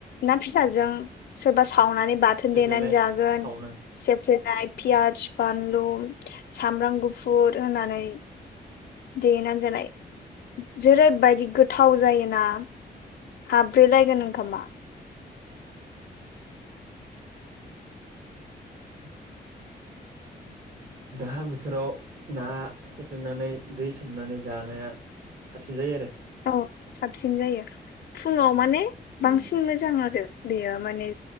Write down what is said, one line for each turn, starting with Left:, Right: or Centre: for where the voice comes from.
Left: ना फिसाजों सोरबा सावनानै बाथोन
Right: सेफ्लेनाय
Left: देनानै जागोन
Right: सावनाय
Left: सेफ्लेनाय। पियास बानलु सामब्राम गुफुर होनानै। देनानै जानाय जेरैबायदि गोथाव जायोना। हाबब्रेलायगोन ओंखामा।
Right: <unintelligible> दा बोथोराव ना सेफ्लेनानै दै सोमनानै जानाया। साबसिन जायो आरो।
Left: औ साबसिन जायो फुङाव माने बांसिन
Right: उम
Left: मोजां आरो। बेयो माने